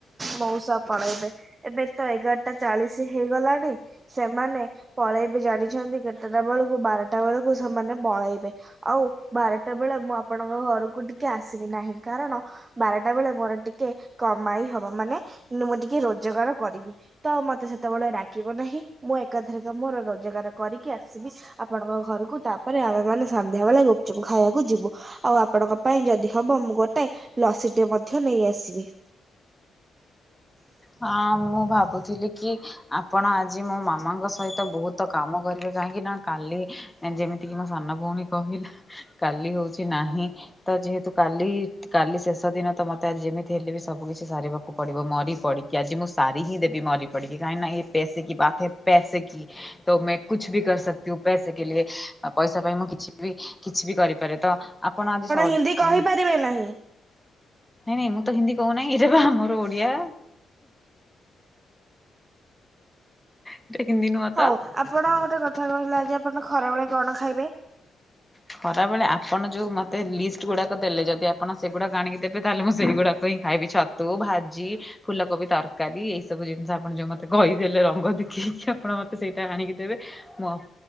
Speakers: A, on the right (about 30°); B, in the centre.
A: ମଉସା ପଳେଇବେ। ଏବେ ତ ଏଗାରଟା ଚାଳିଶ ହେଇଗଲାଣି। ସେମାନେ ପଳେଇବେ ଜାଣିଛନ୍ତି କେତେଟା ବେଳକୁ? ବାରଟା ବେଳକୁ ସେମାନେ ପଳେଇବେ। ଆଉ ବାରଟା ବେଳେ ମୁଁ ଆପଣଙ୍କ ଘରକୁ ଟିକେ୍ ଆସିବି। କାହିଁ କାରଣ ବାରଟା ବେଳେ ମୋର ଟିକେ୍ କମାଇ ହବ। ମାନେ ମୁଁ ଟିକେ୍ ରୋଜଗାର କରିବି। ତ ମତେ ସେତେବେଳେ ରାଗିବ ନାହିଁ। ମୁଁ ଏକାଥରକେ ମୋର ରୋଜଗାର କରିକି ଆସିବି। ଆପଣଙ୍କ ଘରକୁ ତାପରେ ଆମେ ମାନେ ସନ୍ଧ୍ୟା ବେଳେ ଗୁପଚୁପ୍ ଖାଇବାକୁ କୁ ଯିବୁ। ଆଉ ଆପଣଙ୍କ ପାଇଁ ଯଦି ହବ ମୁଁ ଗୋଟେ ଲସିଟେ ମଧ୍ୟ ନେଇ ଆସିବି। <inaudible>
B: ହ <inaudible> ହଁ, ମୁଁ ଭାବୁଥିଲି କି ଆପଣ ଆଜି ମୋ ମାମାଙ୍କ ସହିତ ବହୁତ୍ ତ କାମ କରିବେ, କାହିଁକି ନା କାଲି ଯେମିତି କି ମୋ ସାନ ଭଉଣୀ କହିଲା କାଲି ହଉଛି ନାହିଁ ତ ଯେହେତୁ କାଲି କାଲି ଶେଷ ଦିନ ତ ମତେ ଆଜି ଯେମିତି ହେଲେ ବି ସବୁ କିିଛି ସାରିବାକୁ ପଡିବ। ମରି ପଡି଼। କି ଆଜି ମୁଁ ସାରିକି ଦେବି ମରିପଡ଼ି କି। କାହିଁକି ନାଁ ଏ ପୌସେ କି ବାତ ହେ ପେସେ୍ କି। ତୋ ମେ କୁଛୁ ଭି କର ସକ୍ତିୁ ହୁଁ ପୈସେ କେ ଲିଏ। ପଇସା ପାଇଁ ମୁଁ କିଛି ବି କିଛି ବି କରିପାରେ ତ ଆପଣ ଆଜି ସ
A: ହିନ୍ଦୀ କହିପାରିବେ
B: ନାଇଁ
A: ନାହିଁ।
B: ନାଇଁ ମୁଁ ତ ହିନ୍ଦୀ କହୁନାହିଁ। ଏଇଟା ବା ଆମର ଓଡି଼ଆ। <unintelligible> ଏ ହିନ୍ଦି ନୁହଁ
A: ହଉ
B: ତ?
A: ଆପଣ ଗୋଟେ କଥା କହିଲେ ଆଜି ଆପଣ ଖରାବେଳେ କଣ ଖାଇବେ?
B: ଖରାବେଳେ ଆପଣ ଯୋଉ ମତେ ଲିଷ୍ଟ ଗୁଡ଼ାକ ଦେଲେ ଯଦି ଆପଣ ସେଗୁଡ଼ା ଆଣିକି ଦେବେ ତାହେଲେ ମୁଁ ସେଇଗୁଡ଼ାକ ହିଁ ଖାଇବି ଛତ୍ ତୁ ଭାଜି ଫୁଲକୋବି ତରକାରୀ ଏଇ ସବୁ ଜିନିଷ ଆପଣ ଯୋଉ ମ ତେ କହିଥିଲେ ରଙ୍ଗ ଦେଖେଇକି ଆପଣ ମତେ ସେଇଟା ଆଣିକି ଦେବେ ମୋ ଆଉ